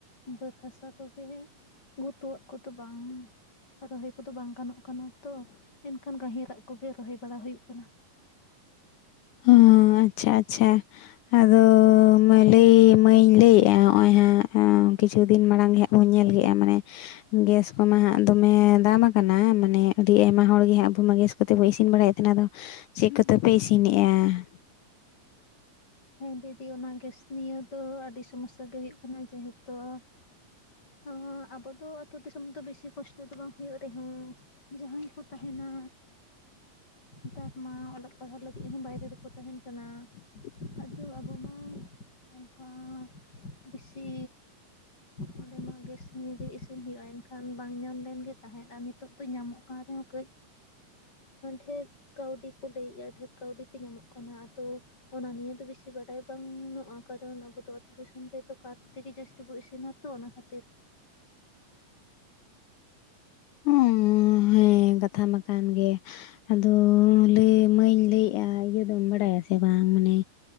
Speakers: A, on the left; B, on the left.
A: ᱵᱟᱹᱫᱽ ᱦᱟᱥᱟᱼᱼ ᱠᱚ ᱜᱮ ᱜᱷᱩᱴᱩᱣᱟᱜ ᱠᱚ ᱫᱚ ᱵᱟᱝ ᱨᱚᱦᱚᱭ ᱠᱚᱫᱚ ᱵᱟᱝᱼᱼ ᱜᱟᱱᱚᱜ ᱠᱟᱱᱟ ᱛᱚ ᱮᱱᱠᱷᱟᱱ ᱜᱟᱹᱦᱤᱨᱟᱜ ᱠᱚ ᱜᱮ ᱨᱚᱦᱚᱭ ᱵᱟᱲᱟ ᱦᱩᱭᱩᱜ ᱠᱟᱱᱟ
B: ᱚ ᱟᱪᱪᱷᱟ ᱟᱪᱪᱷᱟ ᱟᱫᱚᱼᱼ ᱢᱟᱹᱭ ᱞᱟᱹᱭ ᱢᱟᱹᱧ ᱞᱟᱹᱭᱮᱫᱼᱟ ᱱᱚᱜᱼᱚᱭ ᱦᱟᱸᱜ ᱠᱤᱪᱷᱩ ᱫᱤᱱ ᱢᱟᱲᱟᱝ ᱜᱮ ᱦᱟᱸᱜ ᱵᱚᱱ ᱧᱮᱞ ᱠᱮᱫᱼᱟ ᱢᱟᱱᱮᱼᱼ ᱜᱮᱥ ᱠᱚᱢᱟ ᱦᱟᱸᱜ ᱫᱚᱢᱮ ᱫᱟᱢ ᱟᱠᱟᱱᱟ ᱢᱟᱱᱮ ᱟᱹᱰᱤ ᱟᱭᱢᱟ ᱦᱚᱲ ᱜᱮ ᱦᱟᱸᱜ ᱟᱵᱚ ᱢᱟ ᱜᱮᱥ ᱼᱼ <unintelligible> ᱤᱥᱤᱱ ᱵᱟᱲᱟᱭ ᱮᱫ ᱛᱟᱦᱮᱱ ᱟᱫᱚ ᱪᱮᱫ ᱠᱚᱛᱮ ᱯᱮ ᱤᱥᱤᱱᱮᱜᱼᱟ
A: ᱦᱮᱸ ᱫᱤᱫᱤ ᱚᱱᱟ ᱜᱮᱥ ᱱᱤᱭᱟᱹ ᱫᱚ ᱟᱹᱰᱤ ᱥᱚᱢᱚᱥᱥᱟ ᱜᱮ ᱦᱩᱭᱩᱜ ᱠᱟᱱᱟ ᱡᱮᱦᱮᱛᱩ, <unintelligible> ᱛᱚ ᱟᱛᱳ ᱫᱤᱥᱚᱢ ᱫᱚ ᱵᱮᱥᱤ ᱠᱚᱥᱴᱚ ᱫᱚ ᱵᱟᱝ ᱦᱩᱭᱩᱜ ᱨᱮ ᱦᱚᱸ ᱡᱟᱦᱟᱸᱭ ᱠᱚ ᱛᱟᱦᱮᱱᱟ ᱱᱮᱛᱟᱨ ᱢᱟ ᱚᱞᱚᱜ ᱯᱟᱲᱦᱟᱜ ᱞᱟᱹᱜᱤᱫ ᱦᱚᱸ ᱵᱟᱭᱨᱮ ᱨᱮ ᱠᱚ ᱛᱟᱦᱮᱱ ᱠᱟᱱᱟ
B: <inaudible>
A: ᱟᱫᱚ ᱟᱵᱚ ᱢᱟ ᱚᱱᱠᱟ ᱵᱮᱥᱤᱼᱼ ᱱᱚᱸᱰᱮ ᱢᱟ ᱜᱮᱥ ᱱᱤᱭᱮ ᱜᱮ ᱤᱥᱤᱱ ᱦᱩᱭᱩᱜᱼᱟ ᱮᱱᱼᱼ ᱠᱷᱟᱱ ᱵᱟᱝ ᱧᱟᱢ ᱞᱮᱱ ᱜᱮ ᱛᱟᱦᱮᱸᱫ ᱟᱨ ᱱᱤᱛᱚᱜ ᱫᱚ ᱧᱟᱢᱚᱜ ᱠᱟᱱ ᱨᱮ ᱦᱚᱸ ᱠᱟᱹᱡ ᱰᱷᱮᱨᱼᱼ ᱠᱟᱹᱣᱰᱤ ᱠᱚ ᱞᱟᱹᱭᱮᱫᱼᱟ ᱰᱷᱮᱨ ᱠᱟᱹᱣᱰᱤ ᱛᱮ ᱧᱟᱢᱚᱜ ᱠᱟᱱᱟ ᱟᱫᱚ ᱚᱱᱟ ᱱᱤᱭᱟᱹ ᱫᱚ ᱵᱤᱥᱤᱼᱼ <unintelligible> ᱵᱟᱰᱟᱭ ᱵᱟᱝ ᱱᱩᱜᱼᱟ ᱠᱟᱨᱚᱱ ᱟᱵᱚ ᱫᱚ ᱟᱹᱛᱩ ᱫᱤᱥᱚᱢ ᱨᱮᱫᱚ ᱠᱟᱴ ᱛᱮᱜᱮ ᱡᱟᱹᱥᱛᱤ ᱵᱚ ᱤᱥᱤᱱᱟ᱾ ᱫᱚ ᱚᱱᱟ ᱠᱷᱟᱹᱛᱤᱨᱼᱼ
B: ᱚᱸ ᱦᱮᱸ ᱠᱟᱛᱷᱟ ᱢᱟ ᱠᱟᱱ ᱜᱮᱼᱼ ᱟᱫᱚ ᱞᱟᱹᱭ ᱢᱟᱹᱭ ᱤᱧ ᱞᱟᱹᱭᱮᱫᱼᱟ ᱤᱭᱟᱹ ᱫᱚᱢ ᱵᱟᱲᱟᱭᱟ ᱥᱮ ᱵᱟᱝ ᱢᱟᱱᱮᱼᱼ